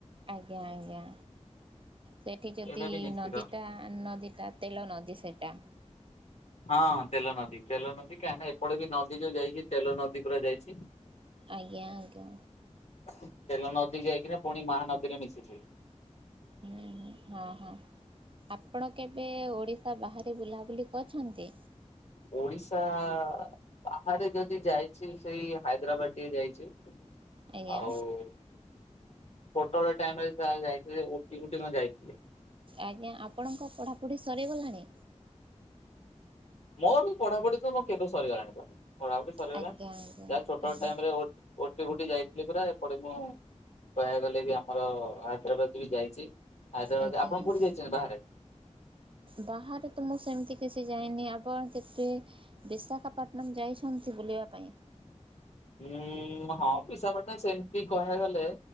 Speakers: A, on the right; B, on the left.
A: ଆଜ୍ଞା ଆଜ୍ଞା ସେଠି ଯଦି
B: ଏଇଟା ବି ନିଶ୍ଚିତ
A: ନଦୀଟା ନଦୀଟା ତେଲ ନଦୀ ସେଇଟା।
B: ହଁ ତେଲ ନଦୀ ତେଲ ନଦୀ କାହିଁକି ନା ଏପଟେ ବି ନଦୀ ଯଉ ଯାଇଛିି ତେଲ ନଦୀ ପୁରା ଯାଇଛି।
A: ଆଜ୍ଞା ଆଜ୍ଞା।
B: ଖାଇଲ ନ ଯାଇକିନା ପୁଣି ମହାନଦୀରେ ମିଶି ଯେ
A: ହୁଁ ହୁଁ ହଁ ହଁ ଆପଣ କେବେ ଓଡିଶା ବାହାରେ ବୁଲାବୁଲି କରିଛନ୍ତି?
B: ଓଡିଶା ବା ଥରେ ଯଦି ଯାଇଛି ସେଇ ହାଇଦ୍ରାବାଦ ଟିକେ ଯାଇଛି
A: ଆଜ୍ଞା
B: ଆଉ ଛୋଟ ଟାଇମ ରେ ଯାଇଥିଲି ଓଟି ଉଟି କଣ ଯାଇନି।
A: ଆଜ୍ଞା ଆପଣଙ୍କ ପଢ଼ାପଢ଼ି ସରିଗଲାଣି
B: ମୋର ପଢ଼ାପଢ଼ି ମୁ କେବେ ସରିଗଲାଣି ପଢାପଢ଼ି ପଢ଼ାପଢ଼ି ସରିଗଲାଣି
A: ଆଜ୍ଞା ଆଜ୍ଞା
B: ଯାହା ଛୋଟ
A: ଆଜ୍ଞା
B: ଟାଇମ ରେ ଓ ଓଟି ଉଟି ଯାଇ ଲେ ପୁରା ଏପଟେ ମୁଁ କହିବାକୁ ଗଲେ ବି ଆମର ହାଇଦ୍ରାବାଦ ବି ଯାଇଛି। ହାଇଦ୍ରାବାଦ
A: ଆଜ୍ଞା
B: ଆପଣ
A: ଆଜ୍ଞା
B: କୋଉଠି ଯାଇଛନ୍ତି ବାହାରେ
A: ବାହାରେ ତ ମୁଁ ସେମିତି ସେ ସେ ଯାଇନି ଆପଣ କେବେ ବିଶାଖାପାଟନମ ଯାଇଛନ୍ତି ବୁଲିବା ପାଇଁ
B: ହୁଁ ହଁ ବିଶାଖାପାଟନମ ସେମିତି କହିବାକୁ ଗଲେ